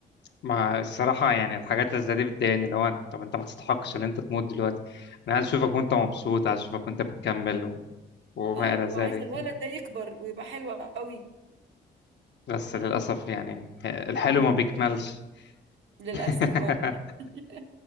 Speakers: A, on the left (about 65°); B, on the right (about 75°).
A: ما الصراحة يعني الحاجات اللي زي دي بتضايقني اللي هو أنت- طب انت ما تستحقش ان انت تموت دلوقتي انا عايز اشوفك وانت مبسوط عايز اشوفك وانت بتكمل و... وما
B: اه
A: الى ذلك
B: وعايزة الولد ده يكبر ويبقى حلو قوي
A: بس للاسف يعني الحلو
B: امم
A: ما بيكملش
B: للأسف
A: <laughs>
B: اه <laughs>